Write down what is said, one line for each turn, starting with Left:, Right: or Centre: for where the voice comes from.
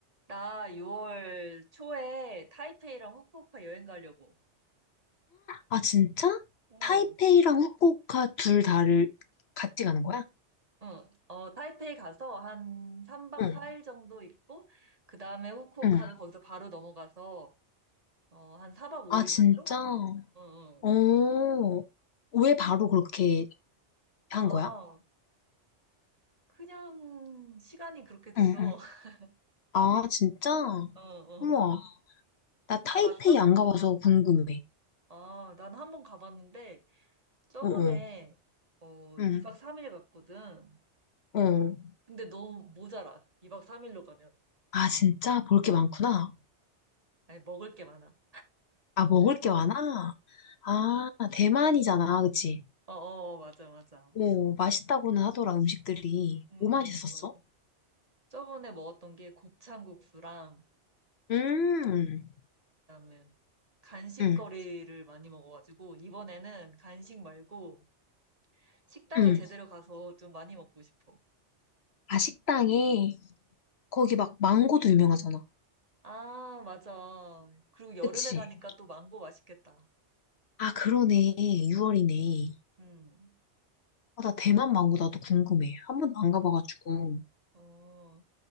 Right: 나 6월 초에 타이페이랑 후쿠오카 여행 가려고.
Left: 아, 진짜?
Right: 어,
Left: 타이페이랑 후쿠오카 둘 다를 같이 가는 거야?
Right: 응. 어, 타이페이 가서 한 3박
Left: 응,
Right: 4일 정도 있고, 그 다음에 후쿠오카로
Left: 응.
Right: 거기서 바로 넘어가서, 어, 한 4박 5일
Left: 아, 진짜?
Right: 정도? 응, 응.
Left: 어, 왜 바로 그렇게 한
Right: 아,
Left: 거야?
Right: 그냥 시간이 그렇게 돼서,
Left: 응, 응.
Right: <laughs>
Left: 아, 진짜?
Right: 어, 어.
Left: 우와, 나 타이페이
Right: 가봤어?
Left: 안 가봐서 궁금해.
Right: 아, 난 한 번 가봤는데, 저번에
Left: 어, 어, 응,
Right: 2박 3일 갔거든.
Left: 어.
Right: 근데 너무 모자라. 2박 3일로 가면.
Left: 아, 진짜? 볼 게 많구나.
Right: 어. 어. 아니, 먹을 게 많아.
Left: 아, 먹을 게 많아? 아, 대만이잖아, 그치?
Right: 어, 어, 맞아, 맞아.
Left: 오, 맛있다고는 하더라, 음식들이.
Right: 응, 응,
Left: 뭐 맛있었어?
Right: 맞아. 저번에 먹었던 게 곱창국수랑,
Left: 음,
Right: 그다음에 간식거리를
Left: 응,
Right: 많이 먹어가지고, 이번에는 간식 말고 식당에
Left: 응.
Right: 제대로 가서 좀 많이 먹고 싶어.
Left: 아, 식당에, 거기 막 망고도 유명하잖아.
Right: 아, 맞아. 그리고 여름에
Left: 그치?
Right: 가니까 또 망고 맛있겠다.
Left: 아, 그러네. 6월이네.
Right: 음.
Left: 아, 나 대만 망고 나도 궁금해. 한 번도 안 가봐가지고.
Right: 어,